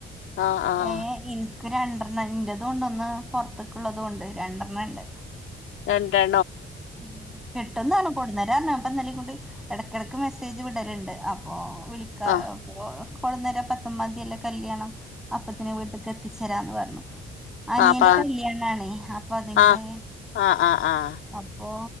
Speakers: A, on the left (about 80°); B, in the centre.
A: ആഹ് ആഹ്
B: ഏ ഇൻക്ക് രണ്ടെണ്ണം ഇന്റെതും ഉണ്ടൊന്ന് പൊർത്ത്ക്ക്ള്ളതുംണ്ട് രണ്ടെണ്ണം ഇണ്ട്
A: രണ്ടെ
B: ഉം കിട്ടുന്നാണ് കൊട്ന്നേരാ ർഞ്ഞ് അപ്പൊ ഇന്നലിം കൂടി എടക്കെടക്ക് മെസ്സേജ് വിടല്ണ്ട് അപ്പൊ വിളിക്കാ
A: ആഹ്
B: കൊട്ന്നെരാ പത്തൊമ്പാതിയല്ലെ കല്യാണം അപ്പത്തിന് വീട്ട്ക്ക് എത്തിച്ചേരാന്ന് പറഞ്ഞു അനിയന്റെ
A: ആഹ് പ
B: കല്യാണാണേ അപ്പൊ അതിന്റെ
A: ആഹ് ആഹ് ആഹ് ആഹ്
B: അപ്പൊ